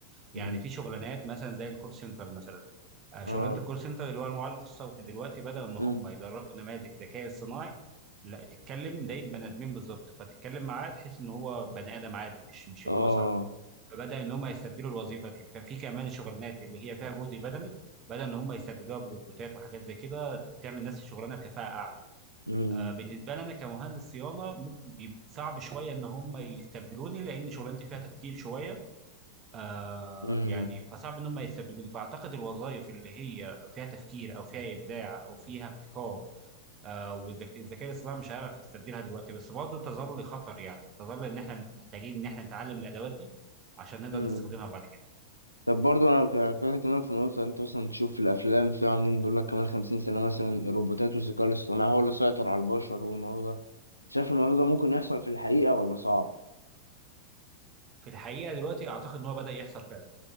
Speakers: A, on the right; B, on the left.
A: يعني
B: مم.
A: في شغلانات مثلا زي الكول سنتر مثلا آه، شغلانه
B: اه
A: الكول سنتر اللي هو المعلق الصوتي دلوقتي بدل ان
B: مم.
A: هم يدربوا نماذج ذكاء اصطناعي لا تتكلم زي البني ادمين بالظبط فتتكلم معاه تحس ان هو بني ادم عادي مش مش
B: اه
A: اللي هو صعب فبدا ان هم يستبدلوا الوظيفه دي وكان في كمان الشغلانات اللي هي فيها جهد بدني بدا ان هم يستبدلوها بروبوتات وحاجات زي كده ت- تعمل نفس الشغلانه بكفاءه اعلى
B: مم.
A: آه بالنسبه لنا كمهندس صيانه ممكن بيب- صعب شويه ان هم يستبدلوني لان شغلانتي فيها تفكير شويه آه
B: مم.
A: يعني فصعب ان هم يستبدلوني فاعتقد الوظائف اللي هي فيها تفكير او فيها ابداع او فيها ابتكار آه والذكاء الاصطناعي مش هيعرف يستبدلها دلوقتي بس برضه تظل خطر يعني تظل ان احنا محتاجين ان احنا نتعلم الادوات دي عشان نقدر
B: مم.
A: نستخدمها بعد كده
B: طب برضه انا ك- كنت اكلمك في النقطة انت مثلا تشوف في الافلام في عاملين بيقول لك كمان 50 سنة مثلا الروبوتات والذكاء الاصطناعي هو اللي سيطر على البشر والموضوع ده شايف الموضوع ده ممكن يحصل في الحقيقة ولا صعب؟
A: في الحقيقه دلوقتي اعتقد ان هو بدا يحصل فعلا